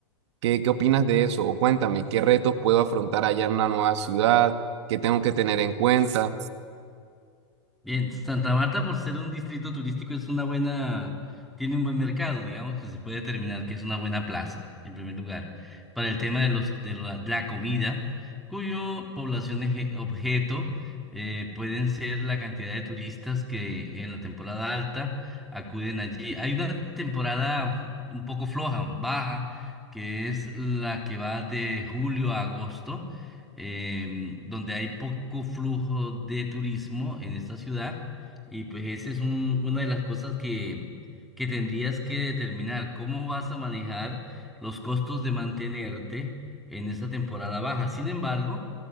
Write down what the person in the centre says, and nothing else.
Bien, Santa Marta, por ser un distrito turístico, es una buena, tiene un buen mercado, digamos que se puede determinar que es una buena plaza, en primer lugar, para el tema de los de la, la comida, cuyo población eje- objeto eh, pueden ser la cantidad de turistas que en la temporada alta acuden allí. Hay una temporada un poco floja, baja, que es la que va de julio a agosto em, donde hay poco flujo de turismo en esta ciudad y pues esa es un- una de las cosas que, que tendrías que determinar, cómo vas a manejar los costos de mantenerte en esta temporada baja. Sin embargo,